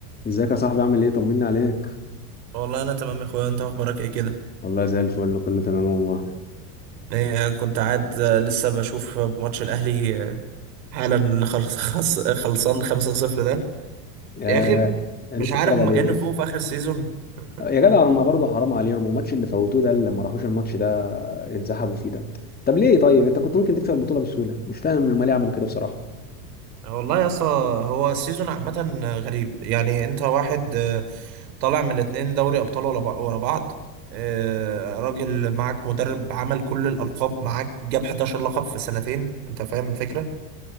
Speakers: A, on the left; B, on the right.
A: ازيك يا صاحبي عامل ايه طمني عليك
B: والله انا تمام يا اخويا انت اخبارك ايه كده
A: والله زي الفل كله تمام والله
B: إيه كنت قاعد آه، لسه بشوف ماتش الاهلي آه، حالا اللي خلص خلص- خلصان 5-0 ده
A: يا
B: يا اخي
A: أنا
B: مش
A: لسه
B: عارف
A: اتفرج
B: هما
A: على
B: جنفوه
A: ايه
B: في اخر السيزون <laughs>
A: يا جدع هما برضه حرام عليهم الماتش اللي فوتوه ده اللي ما راحوش الماتش ده انسحبوا فيه ده طب ليه طيب انت كنت ممكن تكسب البطوله بسهوله مش فاهم هما ليه عملوا كده بصراحه
B: والله يا اسطى هو السيزون عامة غريب يعني انت واحد آه، طالع من اتنين دوري ابطال ولا بع- ورا بعض آه، راجل معاك مدرب عمل كل الالقاب معاك جاب 11 لقب في سنتين انت فاهم الفكرة